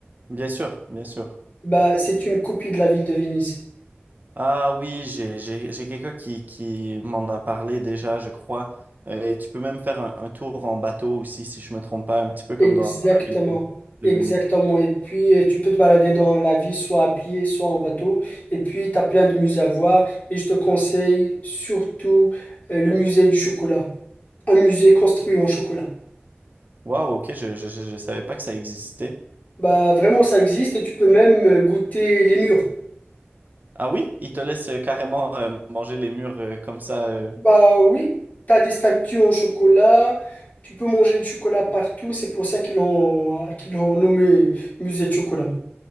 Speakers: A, on the right; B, on the left.
A: bien sûr, bien sûr.
B: Bah, c'est une copie de la ville de Venise.
A: Ah oui, j'ai j'ai j'ai quelqu'un qui qui m'en a parlé déjà, je crois. Euh, et tu peux même faire un, un tour en bateau aussi, si je me trompe pas, un petit peu comme
B: Exactement.
A: dans, dans la ville de, de
B: Exactement.
A: Venise.
B: Et puis, euh, tu peux te balader dans la ville, soit à pied, soit en bateau. Et puis, tu as plein de musées à voir. Et je te conseille surtout, euh, le musée du chocolat. Un musée construit en chocolat.
A: Waouh, ok, je, je je je savais pas que ça existait.
B: Bah, vraiment, ça existe et tu peux même euh, goûter les murs.
A: Ah oui, ils te laissent euh, carrément euh, manger les murs euh, comme ça. euh,
B: Bah oui, t'as des statues en chocolat, tu peux manger du chocolat partout, c'est pour ça qu'ils l'ont euh, qu'ils l'ont nommé musée de chocolat.